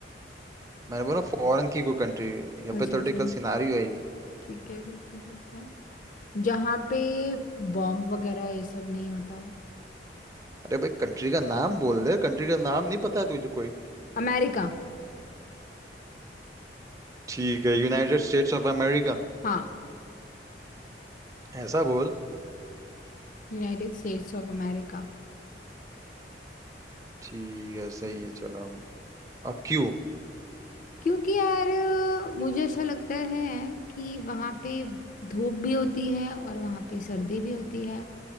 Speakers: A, on the right (about 20°); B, on the left (about 45°).
A: मैंने बोला फॉरेन की कोई कंट्री हाइपोथेटिकल
B: अच्छा अच्छा
A: सिनारियो है ये
B: ठीक है ठीक है ठीक है जहाँ पे बॉम्ब वगैरह ये सब नहीं होता हो
A: अरे भाई कंट्री का नाम बोल दे कंट्री का नाम नहीं पता तुझे कोई
B: अमेरिका
A: ठीक है यूनाइटेड स्टेट्स ऑफ अमेरिका
B: हाँ
A: ऐसा बोल
B: यूनाइटेड स्टेट्स ऑफ अमेरिका
A: ठीक है सही है चलो हम- और क्यों
B: क्योंकि यार अ, मुझे ऐसा लगता है कि वहाँ पे धूप भी होती है और वहाँ पे सर्दी भी होती है